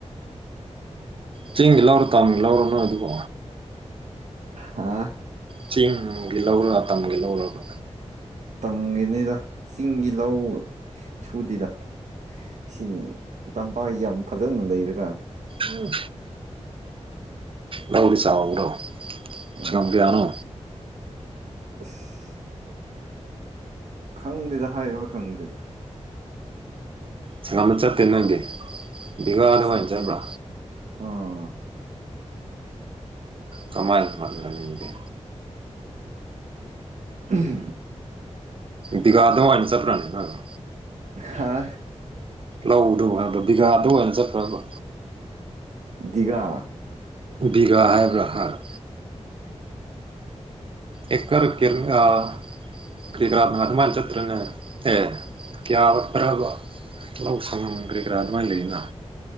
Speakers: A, on the right; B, on the right.
A: ꯆꯤꯡꯒꯤ ꯂꯧꯔꯣ ꯇꯥꯝꯒꯤ ꯂꯧꯔ ꯅꯣꯏ ꯑꯗꯨꯕꯣ꯫
B: ꯍꯥ꯫
A: ꯆꯤꯡꯒꯤ ꯂꯧꯔ ꯇꯝꯒꯤ ꯂꯧꯔꯕ꯫
B: ꯇꯝꯒꯤꯅꯤꯗ ꯆꯤꯡꯒꯤ ꯂꯧ ꯁꯨꯗꯦꯗ ꯁꯤ ꯇꯝꯄꯥꯛ ꯌꯥꯝ ꯐꯖꯅ ꯂꯩꯔꯦ꯫
A: ꯎꯝ꯫ ꯂꯧꯗꯤ ꯆꯥꯎꯕ꯭ꯔꯣ
B: ꯑꯥ
A: ꯁꯉꯥꯝ ꯀꯌꯥꯅꯣ꯫
B: ꯑꯁ ꯈꯪꯗꯦꯗ ꯍꯥꯏ <unintelligible> ꯈꯪꯗꯦꯗ
A: ꯁꯪꯉꯝꯗ ꯆꯠꯇꯦ ꯅꯪꯗꯤ ꯕꯤꯒꯥ ꯑꯗꯨꯃꯥꯏꯟ
B: ꯆꯠꯇꯤ
A: ꯆꯠꯕ꯭ꯔꯥ
B: ꯑꯥ
A: ꯀꯃꯥꯏ ꯍꯣꯠꯅꯔꯅꯤ ꯗꯨꯗꯤ
B: ꯎꯝ
A: ꯗꯤꯒꯥꯥꯗ ꯋꯥꯏꯅ ꯆꯠꯄ꯭ꯔꯥꯅꯦ ꯅꯣꯏꯕꯣ
B: ꯍꯥꯥꯏ
A: ꯂꯧꯗꯕꯨ ꯍꯥꯏꯕ ꯕꯤꯒꯥꯗ ꯑꯣꯏꯅ ꯆꯠꯄ꯭ꯔꯥꯕꯥ
B: ꯗꯤꯒꯥ
A: ꯕꯤꯒꯥ ꯍꯥꯏꯕ꯭ꯔꯥ ꯍꯥꯔ ꯑꯦꯀꯔ ꯀꯦꯝ ꯑꯥ ꯀꯔꯤ ꯀꯔꯥ ꯑꯗꯨꯃꯥꯏꯟ ꯆꯇ꯭ꯔꯅꯦ ꯍꯥꯏ ꯀꯌꯥ ꯄ꯭ꯔ ꯂꯧ ꯁꯪꯉꯝ ꯀ꯭ꯔꯤ ꯀ꯭ꯔꯥ ꯑꯗꯨꯃꯥꯏ ꯂꯩꯅꯥ